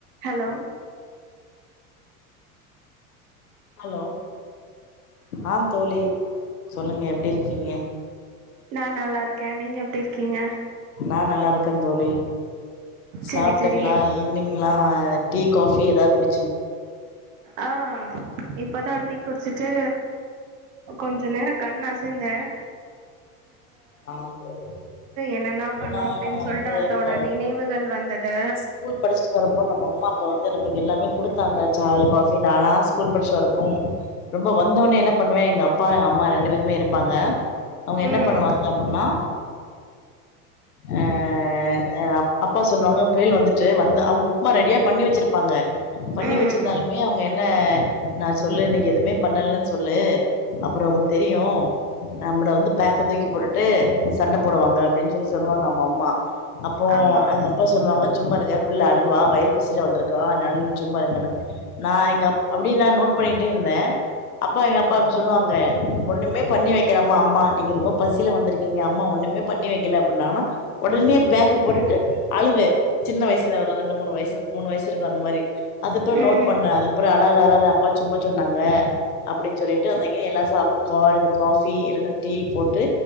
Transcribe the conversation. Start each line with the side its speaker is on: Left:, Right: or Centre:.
Right: hello
Left: hello ஆ தோழி சொல்லுங்க எப்டி இருக்கீங்க
Right: நா நல்லா இருக்கேன் நீங்க எப்டி இருக்கீங்க
Left: நா நல்லா இருக்கேன் தோழி
Right: செரி
Left: சாப்பட்டீங்களா
Right: செரி
Left: ஈவினிங் எலாம் டீ காபி ஏதாவது குடிச்
Right: ஆ இப்தான் டி குடிச்சுட்டு கொஞ்சம் நேரம் கண் அசந்தேன்
Left: ஆ ஜேரி
Right: என்னென்னா பண்ணோ
Left: ஏன்னா
Right: அப்டின்னு
Left: நம்ம
Right: சொல்ட்டு
Left: வந்து
Right: அதோட
Left: இப்போ
Right: நினைவுகள் வந்தது
Left: ஸ்கூல் படிச்சுட்டு வரும்போ நம்ம அம்மா அப்ப வந்து நம்மளுக்கு எல்லாமே குடுத்தாங்க சாய் காபி நானா ஸ்கூல் படிச்சு வரப்போ ரொம்ப வந்தவனே என்ன பண்ணுவேன் எங்க அப்பா எங்க அம்மா ரெண்டு பேரும் போப்ரும் இருப்பாங்க அவங்க என்ன
Right: ம்
Left: பண்ணுவாங்க அ <inaudible> அ அப்பா சொல்லுவாங்க புள்ளையல் வந்துட்டு வந்து அவங்க உப்புமா ரெடியா பண்ணி வச்சிருக்க பாங்க பண்ணி
Right: ம்
Left: வச்சிருந்தாலுமே அவங்க என்ன ந செ சொல்லு இன்னைக்கி எதுவுமே பண்ணலனு சொல்லு அப்பறம் உங்க தெரியும் நம்ம வந்து பொக்க தூக்கி போட்டு ட்டு சண்டை போடுவாங்க அப்டின்னு சொல்லி சொல்லுவாங்க நம்ப அம்மா அப்போ
Right: ஆமா
Left: எங்க அப்பா சொல்லுவாங்க சும்மாரு புள்ளா அழுவா வயிற பசியில வந்திருக்க அதனால நீங்க சும்மா இருங்க ந எங்க அப்ப அப்டினு ந நோட் பண்ணிட்டேன் இருந்தேன் அப்பா எங்க அப்பா சொல்லுவாங்க ஒண்ணுமே பண்ணி வைக்கலம அம்மா நீங்க ரொம்ப பசி பசில வந்திருக்கீங்க அம்மா ஒண்ணுமே பண்ணி வைக்கல அப்டின்னாங்கன்னா உடனே பேக்க போட்டுட்டு அழுவேன் சின்ன வயசுல ஒரு ரெண்டு மூணு வயசு மூணு வயசு இருக்கும் அந்த மாரி அதுபறம்
Right: ம்
Left: நோட் பண்ணேன் அதுப்பறம் வராது அப்பா சும்ம சொன்னாங்க அப்டின்னு சொல்லிட்டு அங்க எல்லாம் சாப்ப கா காபி இல்லா டீ போட்டு